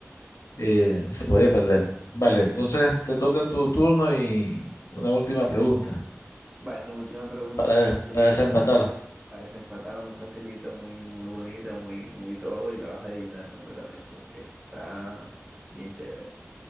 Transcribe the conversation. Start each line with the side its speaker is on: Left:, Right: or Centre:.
Left: eh, se podía perder. Vale, entonces te toca tu turno y una última pregunta
Right: Bueno, última pregunta,
Left: para,
Right: muy facilita,
Left: para desempatar.
Right: para desempatar, muy facilita, muy, muy bonita, muy, muy todo, y la vas a adivinar completamente, porque está bien chévere.